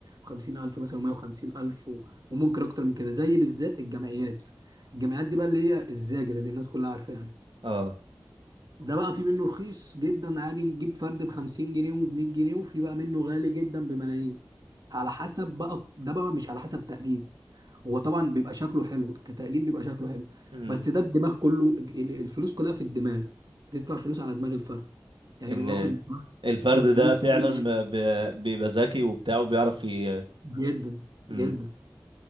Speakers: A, on the right; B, on the right.
A: و50000 مثلا و150000 و- وممكن اكتر من كده زي بالذات الجمعيات الجمعيات دي بقى اللي هي الزاجل اللي الناس كلها عارفاها
B: اه
A: ده بقى في منه رخيص جدا عادي نجيب فرد ب 50 جنيه وب 100 جنيه وفي بقى منه غالي جدا بملايين على حسب بقى ده بقى مش على حسب تقليد هو طبعا بيبقى شكله حلو كتقليد بيبقى شكله حلو
B: امم
A: بس ده الدماغ كله ال- الفلوس كلها في الدماغ بتدفع فلوس على دماغ الفرد يعني
B: ان
A: بيبقى واخد
B: الفرد
A: 300
B: ده فعلا
A: جنيه
B: ب- ب- بيبقى ذكي وبتاع وبيعرف ي...
A: جدا
B: امم
A: جدا